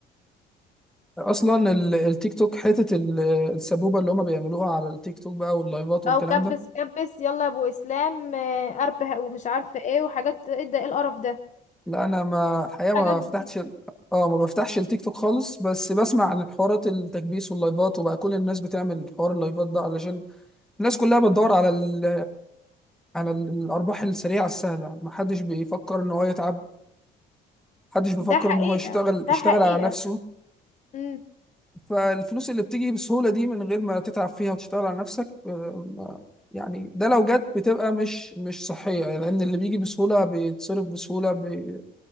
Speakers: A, in the centre; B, on the left.
A: اصلا ال- التيك توك حته ال- السبوبه اللي هم بيعملوها على التيك توك بقى واللايفات والكلام
B: او كبس
A: ده
B: كبس يلا يا ابو اسلام آه، اربح ومش عارفه ايه وحاجات ايه ده ايه القرف ده
A: لا انا ما الحقيقه
B: الحاجات
A: ما فتحتش
B: دي
A: ال- اه ما بفتحش التيك توك خالص بس بسمع عن حوارات التكبيس واللايفات وبقى كل الناس بتعمل حوار اللايفات ده علشان الناس كلها بتدور على ال... على ال- الارباح السريعه السهله ما حدش بيفكر ان هو يتعب محدش بيفكر
B: ده حقيقه
A: ان هو يشتغل
B: ده
A: يشتغل
B: حقيقه
A: على نفسه
B: امم
A: فالفلوس اللي بتيجي بسهولة دي من غير ما تتعب فيها وتشتغل على نفسك آه، ما- يعني ده لو جت بتبقى مش مش صحية لأن اللي بيجي بسهولة بيتصرف بسهولة بي...